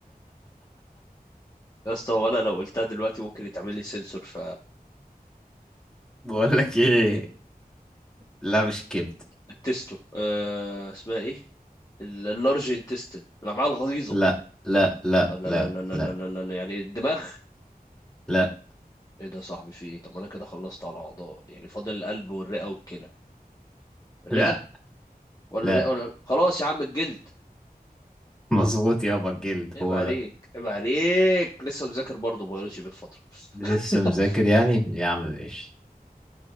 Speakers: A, on the left; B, in the centre.
A: اسطى ولا لو قلتها دلوقتي ممكن يتعمل لي سنسور فالكبد
B: بقول لك ايه لا مش كده
A: التستو آه اسمها ايه اللارج انتستين الامعاء الغليظه
B: لا لا لا
A: لا
B: لا
A: لا لا لا
B: لا
A: لا لا لا لا. يعني الدماغ
B: لا
A: ايه ده يا صاحبي في ايه طب ما انا كده خلصت على الاعضاء يعني فاضل القلب والرئه والكلى الرئه
B: لا
A: ولا
B: لا
A: الرئه ولا خلاص يا عم الجلد
B: <laughs> مظبوط يابا الجلد
A: عيب
B: هو
A: عليك
B: ده
A: عيب عليك لسه مذاكر برضه بيولوجي بالفتره
B: لسه
A: <laughs>
B: مذاكر يعني يا عم ماشي